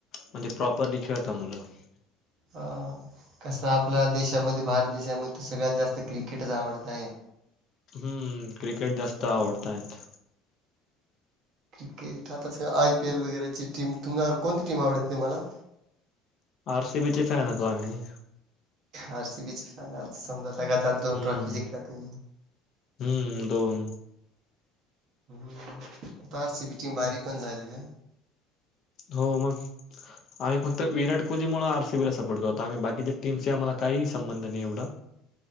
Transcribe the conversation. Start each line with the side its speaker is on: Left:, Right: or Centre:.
Left: म्हणजे प्रॉपरली खेळता मुलं <unintelligible>
Right: हा कस आपल्या देशामध्ये भारत देशामध्ये सगळ्यात जास्त क्रिकेटच आवडत आहे.
Left: हम्म क्रिकेट जास्त आवडतायत.
Right: क्रिकेट आता स आयपीएल वगैरेची टीम तुम्हा कोणती टीम आवडते तुमाला
Left: आर सी बी चे फॅन होतो आम्ही
Right: आर सी बीचे फॅन आर सी समजा
Left: हम्म
Right: लगातार दोन ट्रॉफी जिंकल्या तुम्ही
Left: हम्म दोन
Right: हम्म आता आर सी बी टीम भारी पण झाली ना.
Left: हो मग आम्ही फक्त विराट कोहलीमुळे आर सी बीला सपोर्ट करतो, आम्ही बाकीच्या टीम्स आम्हाला. काही संबंध नाही एवढा